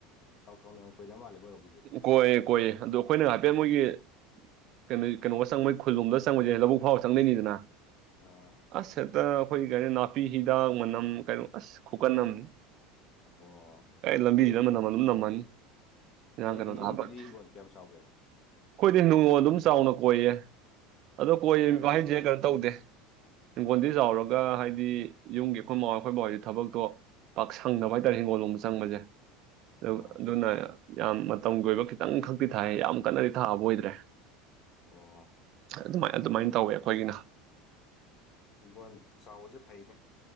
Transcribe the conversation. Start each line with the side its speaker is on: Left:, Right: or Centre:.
Left: ꯆꯥꯎ ꯆꯥꯎꯅ ꯌꯥꯝ ꯀ‌‌ꯣꯏꯅ ꯃꯥꯜꯂꯦ ꯃ‌ꯣꯏꯔ‌ꯣꯝ ꯒꯤꯗꯤ
Right: ꯀꯣꯏꯌꯦ ꯀꯣꯏꯌꯦ ꯑꯗꯣ ꯑꯩꯈꯣꯏꯅ ꯍꯥꯏꯐꯦꯠ ꯃꯣꯏꯒꯤ ꯀꯩꯅꯣꯒꯤ ꯀꯩꯅꯣ ꯒ ꯆꯪꯕꯩ ꯈꯨꯜꯂꯣꯝꯗ ꯆꯪꯕꯖ‌ꯦ ꯂꯧꯕꯛ ꯐꯥꯎꯔ ꯆꯪꯗꯣꯏꯅꯤꯗꯅ
Left: ꯑꯥ
Right: ꯑꯥꯁ ꯍꯦꯛꯇ ꯑꯩꯈꯣꯏ ꯀꯩꯅꯣ ꯅꯥꯄꯤ ꯍꯤꯗꯥꯛ ꯃꯅꯝ ꯀꯩꯅꯣ ꯑꯁ ꯈꯨꯀꯟ ꯑꯃꯅꯤ
Left: ꯑꯣ
Right: ꯂꯝꯕꯤꯖꯤꯗ ꯃꯅꯝ ꯑꯗꯨꯝ ꯅꯝꯃꯅꯤ <unintelligible>
Left: ꯅꯣꯏꯗꯤ
Right: ꯀꯩꯅꯣ ꯗ
Left: ꯌꯨꯝꯒꯤꯗꯤ
Right: ꯍꯥꯞ ꯑꯩꯈꯣꯏꯗꯤ
Left: ꯍꯤꯡꯒꯣꯜ ꯀꯌꯥꯝ ꯆꯥꯎꯒꯦ
Right: ꯅꯣꯡ ꯑꯗꯨꯝ ꯆꯥꯎꯅ ꯀꯣꯏꯌꯦ ꯑꯗꯣ ꯀꯣꯏ
Left: ꯑꯣ ꯈꯔ
Right: ꯕ
Left: ꯂꯩꯌꯦꯕ
Right: ꯍꯥꯏꯖ‌ꯦ ꯀꯩꯅꯣ ꯇꯧꯗꯦ ꯍꯤꯡꯒꯣꯟꯗꯤ ꯆꯥꯎꯔꯒ ꯍꯥꯏꯗꯤ ꯌꯨꯝꯒꯤ ꯑꯩꯈꯣꯏ ꯃꯥꯥꯍ‌ꯣꯏ ꯑꯩꯈꯣꯏ ꯕꯥꯍ‌ꯣꯏ ꯊꯕꯛꯇꯣ ꯄꯥꯛ ꯁꯪꯗꯕ ꯍꯥꯏꯇꯥꯔꯦ ꯍꯤꯡꯒꯣꯜ ꯂꯣꯝꯕ ꯆꯪꯕꯖ‌ꯦ
Left: ꯑꯣ
Right: ꯑꯗꯨꯅ ꯌꯥꯝ ꯃꯇꯝꯒꯤ ꯑꯣꯏꯕ ꯈꯤꯇꯪ ꯈꯛꯇꯤ ꯊꯥꯏ ꯌꯥꯝ ꯀꯟꯅꯗꯤ ꯊꯥꯕ ꯑꯣꯏꯗ꯭ꯔꯦ
Left: ꯑꯣ
Right: ꯑꯗꯨꯃꯥꯏ ꯑꯗꯨꯃꯥꯏꯅ ꯇꯧꯋꯦ ꯑꯩꯈꯣꯏꯒꯤꯅ
Left: ꯍꯤꯡꯒ‌ꯣꯟ ꯆꯥꯎꯕꯖ‌ꯦ ꯐꯩꯅꯦ